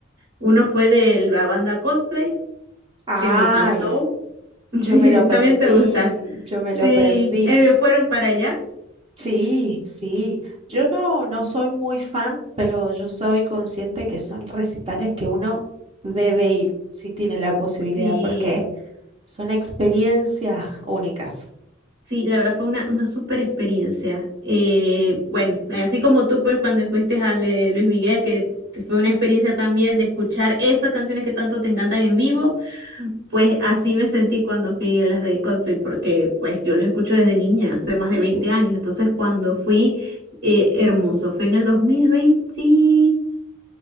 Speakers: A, on the right (about 65°); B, on the right (about 30°).
A: Uno fue de la banda Coldplay,
B: Ay,
A: que me encantó. <laughs>
B: yo
A: Sí,
B: me lo perdí,
A: también te gusta.
B: yo me
A: Sí,
B: lo perdí.
A: eh, fueron para allá.
B: Sí, sí. Yo no, no soy muy fan, pero yo soy consciente que son recitales que uno debe ir si tiene la posibilidad,
A: Sí,
B: porque son experiencias únicas.
A: sí, la verdad fue una, una súper experiencia. Eh, bueno, así como tú, pues cuando fuiste al de Luis Miguel, que te- fue una experiencia también de escuchar esas canciones que tanto te encantan en vivo, pues así me sentí cuando fui a las de Coldplay, porque pues yo los escucho desde niña, hace más de
B: Ujú.
A: 20 años. Entonces cuando fui, eh, hermoso, fue en el 2023